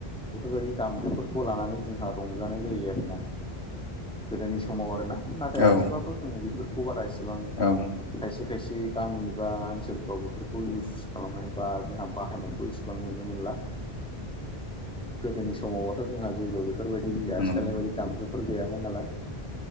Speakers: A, in the centre; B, on the left.
A: बेफोरबायदि दामजुफोरखौ लानानै जोंहा रंजानाय जायो आरोना गोदोनि समाव आरोना नाथाय
B: औ
A: आथिखालावथ' जों बेफोरखौ बारा एसेबां
B: औ
A: खायसे खायसे गामि बा ओनसोलफ्राव बेफोरखौ इउस स खालामनाय बा जोंहा बाहायनायखौ इसिबां नुनो मोनला गोदोनि समावबाथ' जोंहा जेबो बेफोरबायदि गैया
B: औ नंगौ
A: आथिखालनि बायदि दामजुफोर गैयामोन नालाय